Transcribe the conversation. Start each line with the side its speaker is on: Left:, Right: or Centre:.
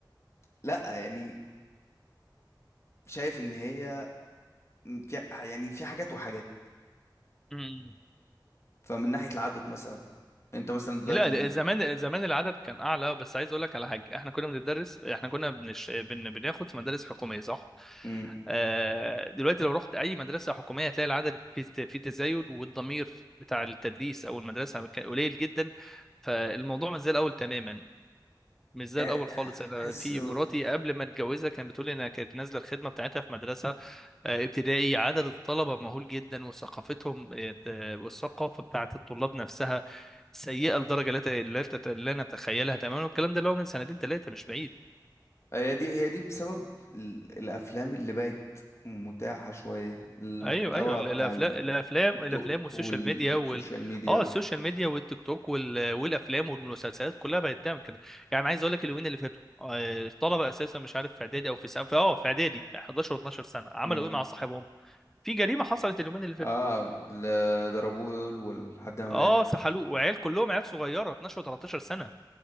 Left: لا يعني شايف إن هي في يعني في حاجات وحاجات
Centre: امم
Left: فمن ناحية العدد مثلا أنت مثلا دلوقتي
Centre: لا زمان زمان العدد كان اعلى بس عايز اقول لك على حاجه احنا كنا بندرس احنا كنا بنش... بن... بناخد في مدارس حكوميه صح
Left: مم،
Centre: آه دلوقتي لو رحت اي مدرسه حكوميه هتلاقي العدد في في تزايد والضمير بتاع التدريس او المدرسه كان قليل جدا فالموضوع مش زي الاول تماما مش زي
Left: يعني
Centre: الاول خالص انا
Left: بحس
Centre: في مراتي قبل ما اتجوزها كانت بتقول لي انها كانت نازله الخدمه بتاعتها في مدرسه آه، ابتدائي عدد الطلبة مهول جدا وثقافتهم آه، آه، والثقافة بتاعت الطلاب نفسها سيئة لدرجة لا ت- لا تت- لا نتخيلها تماما والكلام ده اللي هو من سنتين ثلاثة مش بعيد
Left: هي دي هي دي بسبب ال- الافلام اللي بقت متاحة شوية المحتوى
Centre: ايوه ايوه ال- الافلام
Left: بتاع التيك
Centre: الافلام الافلام
Left: توك
Centre: والسوشيال
Left: والسوشيال
Centre: ميديا وال
Left: ميديا
Centre: اه السوشيال ميديا والتيك توك وال... والافلام والمسلسلات كلها بقت تعمل كده يعني عايز اقول لك اليومين اللي فاتوا آه، الطلبة اساسا مش عارف في اعدادي او في سنة اه في اعدادي 11 و12 سنة عملوا
Left: امم
Centre: ايه مع صاحبهم في جريمة حصلت اليومين اللي فاتوا
Left: اه ل- ضربوه ولحد ما
Centre: اه
Left: مات
Centre: سحلوه وعيال كلهم عيال صغيره 12 و13 سنه